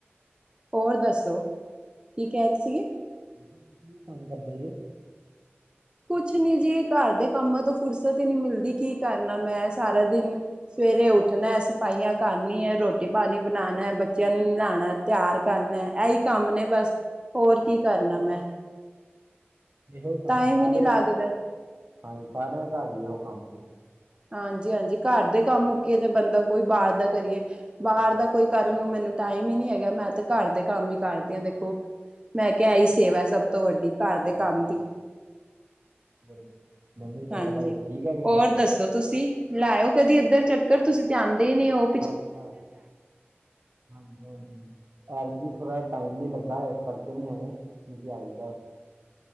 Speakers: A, on the right; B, on the right.
A: ਔਰ ਦੱਸੋ? ਕੀ ਕੈ ਰੇ ਸੀਗੇ?
B: ਮੈਂ ਕਿਆ ਤੁਸੀ ਵੀ ਕੰਮ ਕਰਦੇ ਜੇ?
A: ਕੁੱਛ ਨੀ ਜੀ ਘਰ ਦੇ ਕੰਮਾਂ ਤੋਂ ਫੁਰਸਤ ਈ ਨੀ ਮਿਲਦੀ ਕੀ ਕਾਰਨਾ ਮੈਂ ਸਾਰਾ ਦਿਨ ਸਵੇਰੇ ਉੱਠਣੈ, ਸਫਾਈਆਂ ਕਰਨੀਐ, ਰੋਟੀ-ਪਾਣੀ ਬਨਾਣੈ, ਬੱਚਿਆਂ ਨੂੰ ਨੈਲਾਂਣੈ ਤਿਆਰ ਕਰਨਾ ਐਈ ਕੰਮ ਨੇ ਬਸ, ਹੋਰ ਕੀ ਕਰਨਾ ਮੈਂ।
B: ਏਹੇ ਕੰਮ
A: ਟਾਈਮ
B: ਸਾਰੇ,
A: ਹੀ ਨਹੀਂ ਲੱਗਦਾ
B: ਹਾਂਜੀ ਸਾਰਿਆਂ ਘਰ ਈ ਐਹੋ ਕੰਮ ਜੇ।
A: ਹਾਂਜੀ-ਹਾਂਜੀ ਘਰ ਦੇ ਕੰਮ
B: ਹਾਂਜੀ,
A: ਮੁੱਕੀਏ ਤੇ ਬੰਦਾ ਕੋਈ ਬਾਹਰ ਦਾ ਕਰੀਏ, ਬਾਹਰ
B: ਹਾਂਜੀ,
A: ਦਾ ਕੋਈ ਕਰ ਕਰਨ ਨੂੰ ਮੈਨੂੰ ਟਾਈਮ ਈ ਨੀ ਹੈਗਾ ਮੈਂ ਤੇ ਘਰ ਦੇ ਕੰਮ ਈ ਕਰਦੀ ਆ ਦੇਖੋ। ਮੈਂ ਕਿਆ ਐਈ ਸੇਵਾ ਸਭ ਤੋ ਵੱਡੀ। ਘਰ
B: ਹਾਂਜੀ।
A: ਦੇ ਕੰਮ
B: ਹਾਂਜੀ।
A: ਦੀ,
B: ਹੋਰ ਮੰਮੀ ਪਾਪਾ
A: ਹਾਂਜੀ
B: ਤੁਹਾਡੇ ਠੀਕ ਹੈਗੇ
A: ਹੋਰ
B: ਨੇ?
A: ਦਸ ਤੋੰ ਤੁਸੀ ਲਾਇਔ ਕਦੀ ਏਧਰ ਚੱਕਰ, ਤੁਸੀਂ ਤੇ ਆਂਦੇ ਈ ਨੀ ਓ।
B: ਹਾਂਜੀ ਹਾਂ, ਹਾਂਜੀ- ਹਾਂਜੀ ਐਤਕੀ ਥੋੜਾ ਟਾਈਮ ਨੀ ਲੱਗਾ, ਇਸ ਕਰਕੇ ਨੀ ਆਏ, ਨਹੀ ਤੇ ਆਈਦਾ